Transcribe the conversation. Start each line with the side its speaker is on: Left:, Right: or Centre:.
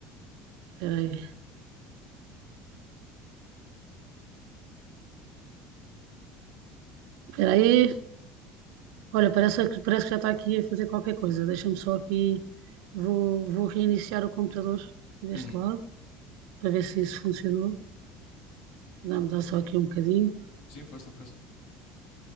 Right: Espera aí, espera aí. Olha, parece, que- parece que já está aqui a fazer qualquer coisa. Deixa-me só aqui, vou, vou reiniciar o computador aqui deste
Left: Uhum.
Right: lado, para ver se isso funcionou. Dá-me dá só aqui um bocadinho.
Left: Sim, força, força.